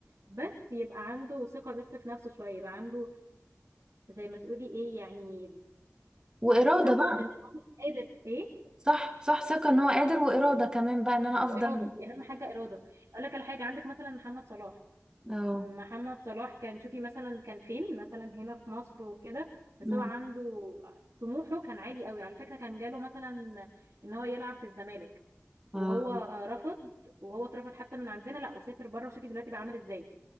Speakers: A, on the right; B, on the right.
A: بس يبقى عنده ثقه بس في نفسه شويه يبقى عنده زي ما تقولي ايه يعني
B: واراده
A: ثقه
B: بقى.
A: ان هو قادر ايه
B: صح صح ثقة ان هو قادر وإرادة كمان بقى ان انا افضل
A: واراده دي اهم حاجه اراده اقول لك على حاجه عندك مثلا محمد صلاح
B: اه
A: محمد صلاح كان شوفي مثلا كان فين مثلا هنا في مصر وكده بس
B: أمم.
A: هو عنده طموحه كان عالي قوي على فكره كان جاله مثلا ان هو يلعب في الزمالك
B: اه
A: وهو رفض وهو اترفض حتى من عندنا لا وسافر بره وشوفي دلوقتي بقى عامل ازاي